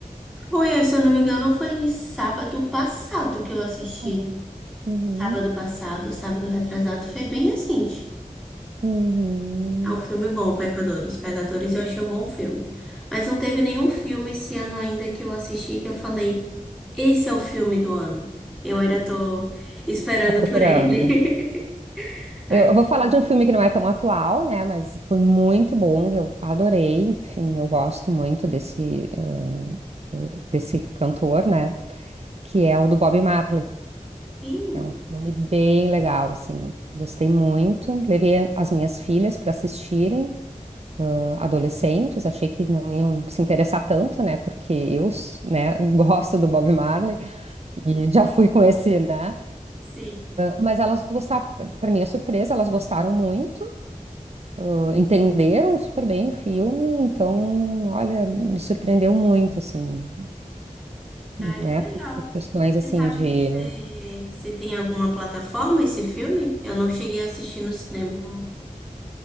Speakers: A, in the centre; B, on the right.
A: Foi, se eu não me engano, foi sábado passado que eu assisti.
B: Uhum. Uhum.
A: Sábado passado, sábado retrasado, foi bem recente.
B: Uhum.
A: É um filme bom, Pecadores. Pecadores eu achei um bom filme. Mas não teve nenhum filme esse ano ainda que eu assisti que eu falei, esse é o filme do ano. Eu ainda tô esperando
B: Tá procurando.
A: por ele. <laughs> Ai,
B: Eu, eu vou falar de um filme que não é tão atual, né? Mas foi muito bom, eu adorei. Enfim, eu gosto muito desse, ah, ah, desse cantor, né? Que é o do Bob Marley.
A: sim,
B: É um filme bem legal, assim. Gostei muito. Levei a- as minhas filhas para assistirem, ah, adolescentes. Achei que não iam se interessar tanto, né? Porque eu, s- né, <laughs> gosto do Bob Marley e já fui com esse, né?
A: sim.
B: Mas elas gostaram, para minha surpresa, elas gostaram muito, uh, entenderam super bem o filme, então, olha, me surpreendeu muito, assim, né?
A: Ai, que legal.
B: Por por questões assim
A: Você sabe
B: de.
A: dizer se tem alguma plataforma esse filme? Eu não cheguei a assistir no cinema.